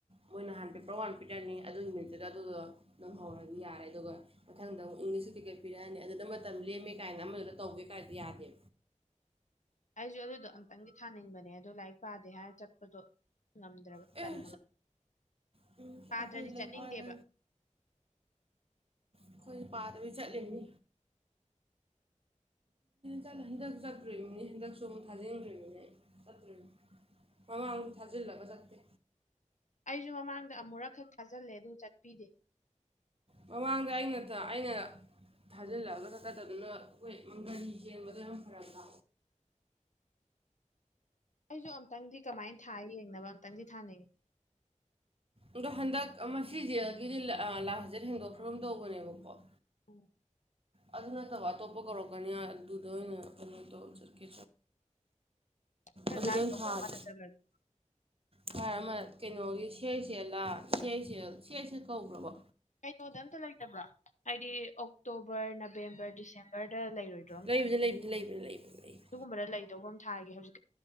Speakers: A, on the right (about 45°); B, on the left (about 70°).
A: ꯃꯣꯏꯅ ꯍꯥꯟ ꯄꯦꯄꯔ ꯋꯥꯟ ꯄꯤꯇꯔꯅꯤ ꯑꯗꯨꯒꯤ ꯅꯨꯃꯤꯠꯇꯨꯗ ꯑꯗꯨꯗꯣ ꯅꯪ ꯍꯧꯔꯒ ꯌꯥꯔꯦ ꯑꯗꯨꯒ ꯃꯊꯪꯗ ꯑꯃꯨꯛ ꯏꯪꯂꯤꯁꯁꯨ ꯇꯤꯛꯀꯦꯠ ꯄꯤꯔꯛꯑꯅꯤ ꯑꯗꯨꯅ ꯃꯇꯝ ꯂꯦꯝꯃꯦ ꯀꯥꯏꯅ ꯑꯃꯗꯨꯗ ꯇꯧꯕꯤ ꯀꯌꯥꯗ
B: ꯑꯩꯁꯨ ꯑꯗꯨꯗꯣ ꯑꯝꯛꯇꯪꯗꯤ ꯊꯥꯅꯤꯡꯕꯅꯦ ꯑꯗꯣ ꯂꯥꯏꯔꯤꯛ ꯄꯥꯗꯦ ꯍꯥꯏꯔ ꯆꯠꯄꯗꯣ ꯃꯗ꯭ꯔꯕ
A: ꯑꯦ
B: ꯀꯂꯕ
A: ꯑꯩꯈꯣꯏ
B: ꯄꯥꯗ꯭ꯔꯗꯤ
A: ꯂꯩꯀꯥꯏꯗ
B: ꯆꯠꯅꯤꯡꯗꯦꯕ
A: ꯑꯩꯈꯣꯏꯁꯨ ꯄꯥꯗꯕꯤ ꯆꯠꯂꯤꯅꯤ ꯆꯠꯂ ꯍꯟꯗꯛ ꯆꯠꯇꯣꯃꯤꯅꯤ ꯍꯟꯗꯛ ꯁꯝ ꯊꯥꯖꯤꯟꯈ꯭ꯔꯤꯕꯃꯤꯅꯦ ꯆꯠꯇꯣꯔꯤꯕꯅꯤ ꯃꯃꯥꯡꯨ ꯊꯥꯖꯤꯜꯂꯒ ꯆꯦ
B: ꯑꯩꯁꯨ ꯃꯃꯥꯡꯗ ꯑꯃꯨꯔꯛꯈꯛ ꯊꯥꯖꯤꯜꯂꯦ ꯑꯗꯨ ꯆꯠꯄꯤꯗꯦ
A: ꯃꯃꯥꯡꯗ ꯑꯩꯅ ꯑꯩꯅ ꯊꯥꯖꯤꯜꯂꯛꯑꯒ ꯈꯀꯗꯗꯨꯅ ꯑꯩꯈꯣꯏꯒꯥꯔꯤ ꯌꯦꯟꯕꯗꯣ ꯌꯥꯝ ꯐꯔꯛ ꯇꯥ
B: ꯑꯩꯁꯨ ꯑꯝꯛꯇꯪꯗꯤ ꯀꯃꯥꯏꯅ ꯊꯥꯏ ꯌꯦꯡꯅꯕ ꯑꯝꯇꯪꯗꯤ ꯊꯥꯅꯤꯡꯏꯤ
A: ꯑꯗꯣ ꯍꯟꯗꯛ ꯑꯃ ꯖꯦꯜꯒꯤꯗꯤ ꯂꯥꯁꯖꯠ ꯍꯦꯡꯗꯣꯛꯈ꯭ꯔ ꯑꯃ ꯇꯧꯕꯅꯦꯕꯀꯣ
B: ꯎꯝ
A: ꯑꯗꯨ ꯅꯠꯇꯕ ꯑꯇꯣꯞꯄ ꯀꯧꯔꯛꯀꯅꯤ ꯑꯗꯨꯗ ꯑꯣꯏꯅ ꯀꯩꯅꯣ ꯇꯧ ꯆꯠꯀꯦ
B: ꯈꯔ
A: ꯑꯗꯨꯗ
B: ꯂꯥꯏꯗꯧꯕ
A: ꯑꯣꯏꯅ ꯊꯥꯔꯦ
B: ꯑꯃꯗ ꯆꯠꯂꯒꯦ
A: ꯊꯥꯔ ꯑꯃ ꯀꯩꯅꯣꯒꯤ ꯁꯦ ꯁꯦꯜꯂꯥ ꯁꯁꯦꯜ ꯁꯦꯠꯁꯦ ꯀꯧꯕ꯭ꯔꯕ
B: ꯀꯩꯅꯣꯗ ꯑꯝꯇ ꯂꯩꯇꯕ꯭ꯔꯥ ꯍꯥꯏꯗꯤ ꯑꯣꯛꯇꯣꯕꯔ ꯅꯕꯦꯝꯕꯔ ꯗꯤꯁꯦꯝꯕꯔꯗ
A: ꯂꯩꯕꯅꯤ ꯂꯩꯕꯅꯤ ꯂꯩꯕꯅꯤ ꯂꯩꯕꯅꯤ ꯂꯩꯕꯅꯤ
B: <unintelligible>